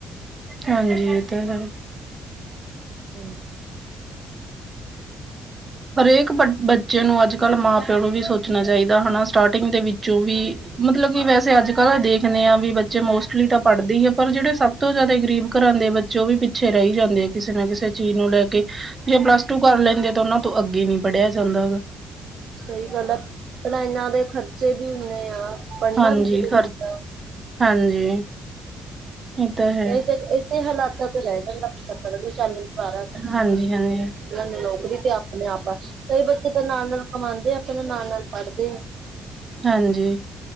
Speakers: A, on the right (about 25°); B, on the right (about 60°).
A: ਹਾਂਜੀ ਇਹ ਤਾਂ ਹੈ।
B: ਹਮ।
A: ਹਰੇਕ ਬੱਚੇ ਨੂੰ ਅੱਜ ਕੱਲ ਮਾਂ ਪਿਓ ਨੂੰ ਵੀ ਸੋਚਣਾ ਚਾਹੀਦਾ ਹਨਾ, ਸਟਾਰਟਿੰਗ ਦੇ ਵਿੱਚੋਂ ਵੀ ਮਤਲੱਬ ਕਿ ਵੈਸੇ ਅੱਜ ਕੱਲ੍ਹ ਦੇਖਦੇ ਆ, ਵੀ ਬੱਚੇ ਮੋਸਟਲੀ ਤਾਂ ਪੜ੍ਹਦੇ ਹੀ ਆ, ਪਰ ਜਿਹੜੇ ਸਭ ਸਭ ਤੋਂ ਜ਼ਿਆਦਾ ਗ਼ਰੀਬ ਘਰਾਂ ਦੇ ਬੱਚੋਂ ਵੀ ਪਿੱਛੇ ਰਹੀ ਜਾਂਦੇ ਆ, ਕਿਸੇ ਨਾ ਕਿਸੇ ਚੀਜ਼ ਨੂੰ ਲੈ ਕੇ। ਜੇ ਪਲੱਸ ਟੂ ਕਰ ਲੈਂਦੇ ਤਾਂ ਉਹਨਾਂ ਤੋਂ ਅੱਗੇ ਨਹੀਂ ਪੜ੍ਹਿਆ ਜਾਂਦਾ ਹੈਗਾ।
B: ਸਹੀ ਗੱਲ ਆ, ਪਹਿਲਾਂ ਇਹਨਾਂ ਦੇ ਖਰਚੇ ਵੀ ਉਹਨੇ ਆ। ਪੜ੍ਹਨਾ
A: ਹਾਂਜੀ
B: ਵੀ ਜ਼ਰੂਰੀ
A: ਖ਼ਰਚ
B: ਆ।
A: ਹਾਂਜੀ। ਇਹ ਤਾਂ ਹੈ
B: ਇਸ ਇਸੇ ਹਾਲਾਤਾਂ ਤੋਂ ਰਹਿ ਜਾਂਦਾ, <unintelligible> ਪਿੱਛਾ ਪੜਨ ਨੂੰ ਚਾਲਾਂ ਕਰ
A: ਹਾਂਜੀ ਹਾਂਜੀ
B: ਨੇ ਨੌਕਰੀ ਤੇ ਆਪਣੇ ਆਪਾਂ ਕਈ ਬੱਚੇ ਤਾਂ ਨਾਲ- ਨਾਲ ਕਮਾਉਂਦੇਆ, ਆਪਾਂ ਨੂੰ ਨਾਲ -ਨਾਲ ਪੜ੍ਹਦੇਆ।
A: ਹਾਂਜੀ।